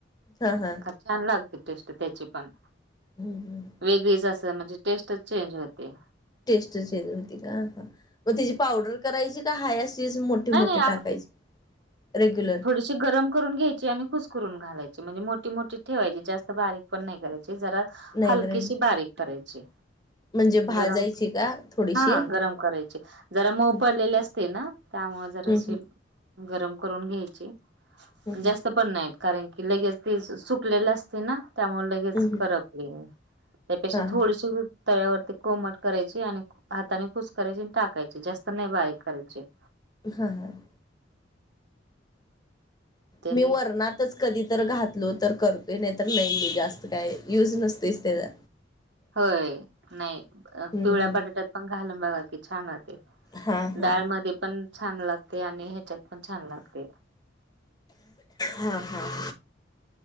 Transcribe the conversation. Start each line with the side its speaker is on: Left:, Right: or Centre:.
Left: हां हां.
Right: का छान लागते टेस्ट त्यांची पण.
Left: हम्म हम्म.
Right: वेगळीच असं म्हणजे टेस्टच चेंज होतें.
Left: टेस्टच वेगळी होती का, हां मग त्याची पावडर करायची का हाय असं शिच मोठे
Right: नाही
Left: मोठे
Right: नाही
Left: टाकायचे रेग्युलर.
Right: अशी गरम करून घ्यायची आणि कुस्करुन घालायची म्हणजे मोठी मोठी ठेवायची जास्त बारीक पण नाही करायची. जरा
Left: नाही
Right: हलकीशी
Left: करायची
Right: बारीक करायची.
Left: म्हणजे भाजायची
Right: गरम
Left: का थोडीशी?
Right: हा गरम करायचें जरा मऊ
Left: हम्म
Right: पडलेले असते ना त्यामुळ जराशे
Left: हम्म
Right: गरम करून घ्यायची
Left: हम्म
Right: पण जास्तं पण नायत कारण की लगेच ते सुकलेले असते ना त्यामुळ लगेच
Left: हम्म हम्म
Right: करपली. त्यापेक्षा
Left: हा
Right: थोडीशी
Left: हा
Right: तव्यावरती कोमट करायची आणि हाताने कुस्करायची आणि टाकायची जास्त नाही बारीक करायची. <inaudible>
Left: हां हां.
Right: त्याने
Left: मी वरणातच कधी तर घातलों तर करतोय नाय तर नाही मी जास्त काय युज नसतोयच तेजा.
Right: होय, नाय
Left: हम्म
Right: पिवळ्या बटाट्यात पण घालून बघा की छान होतंय.
Left: हा हा
Right: डाळमध्ये पण छान लागतंय आणि ह्याच्यात पण छान लागतंय.
Left: हां हां.